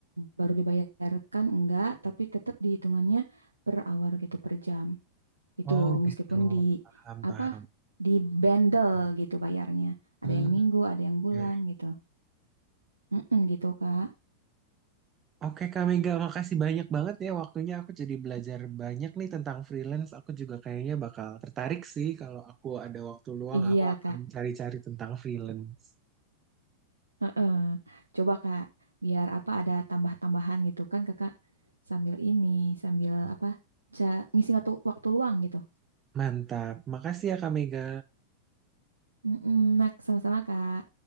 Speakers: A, on the right (about 80°); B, on the right (about 25°).
A: baru dibayarkan enggak, tapi tetap dihitungannya per hour gitu, per jam. Itu
B: Oh,
A: meskipun
B: gitu.
A: di
B: Paham,
A: apa
B: paham.
A: di bundle gitu bayarnya. Ada
B: Hmm,
A: yang minggu, ada yang bulan
B: oke.
A: gitu. Mm-mm, gitu, Kak.
B: Oke Kak Mega, makasih banyak banget ya waktunya. Aku jadi belajar banyak nih tentang freelance. Aku juga kayaknya bakal tertarik sih kalau aku ada waktu luang,
A: Iya,
B: aku akan
A: Kak.
B: cari-cari tentang freelance.
A: Heeh. Coba Kak, biar apa ada tambah-tambahan gitu kan Kakak sambil ini, sambil apa, ca- ngisi waktu, waktu luang gitu.
B: Mantap. Makasih ya Kak Mega.
A: Mm-mm, nah, sama-sama Kak.